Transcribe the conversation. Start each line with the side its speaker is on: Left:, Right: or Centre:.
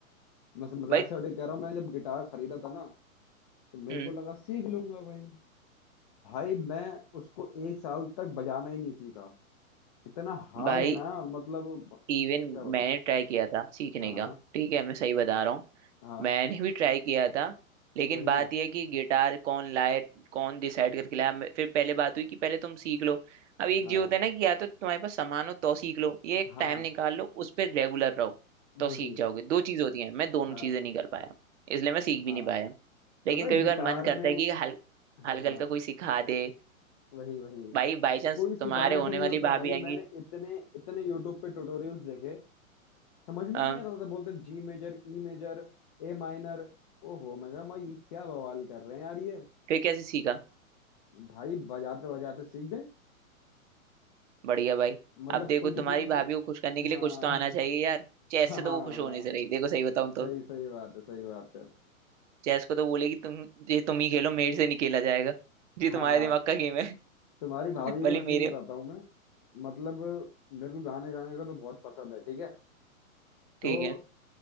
Left: मैं से- मजाक
Right: भाई
Left: से हटके कह रहा हूँ मैंने जब गिटार खरीदा था ना तो मेरे
Right: हम्म,
Left: को लगा सीख लूंगा भाई भाई मैं उसको एक साल तक बजाना ही नहीं सीखा इतना हार्ड
Right: भाई
Left: है ना मतलब
Right: इवन
Left: क्या बताऊँ
Right: मैंने ट्राई किया था सीखने
Left: हाँ हाँ
Right: का ठीक है मैं सही बता रहा हूँ
Left: हाँ
Right: मैंने भी ट्राई किया था लेकिन
Left: वही
Right: बात यह है कि गिटार कौन लाए कौन डिसाइड करके लाया मैं- फिर पहले बात हुई कि पहले तुम सीख लो अब एक
Left: हाँ
Right: जी होता है ना कि या तो तुम्हारे पास सामान हो तो सीख लो ये एक
Left: हाँ
Right: टाइम निकाल लो उस पर रेगुलर रहो तो
Left: वही
Right: सीख जाओगे दो चीज होती हैं मैं दोनों
Left: हाँ
Right: चीजें नहीं कर पाया इसलिए मैं सीख
Left: हाँ
Right: भी नहीं पाया लेकिन
Left: पता है
Right: कभी
Left: गिटार
Right: कभार मन करता
Left: में
Right: है कि हल
Left: हाँ
Right: हल्का
Left: हाँ
Right: हल्का कोई सिखा दे
Left: वही वही
Right: भाई बाई चांस
Left: कोई सिखाने
Right: तुम्हारे होने
Left: से नहीं
Right: वाली
Left: होता भाई
Right: भाभी आएंगी
Left: मैंने इतने इतने यूट्यूब पे ट्यूटोरियल्स देखे समझ में
Right: हाँ
Left: नहीं आता था बोलते जी major E major A minor ओहो मैं कहा भाई ये क्या बवाल कर रहे हैं यार ये
Right: फिर कैसे सीखा
Left: भाई बजाते बजाते सीख गए
Right: बढ़िया भाई
Left: मतलब
Right: अब देखो
Left: कुछ
Right: तुम्हारी
Left: भी
Right: भाभी को खुश करने के लिए
Left: हाँ
Right: कुछ तो आना चाहिए यार चेस
Left: <laughs> हाँ
Right: से तो वो खुश होने से रही देखो सही बताऊं
Left: सही
Right: तो
Left: सही बात है सही बात है
Right: चेस को तो बोलेगी तुम ये तुम ही खेलो मेरे से नहीं खेला जाएगा <laughs> जी
Left: हाँ
Right: तुम्हारे
Left: हाँ,
Right: दिमाग का गेम है <laughs>
Left: तुम्हारी भाभी
Right: भले
Left: का मशीन
Right: मेरे
Left: बताता हूँ मैं मतलब मेरे को गाने गाने का तो बहुत पसंद है ठीक है तो
Right: ठीक है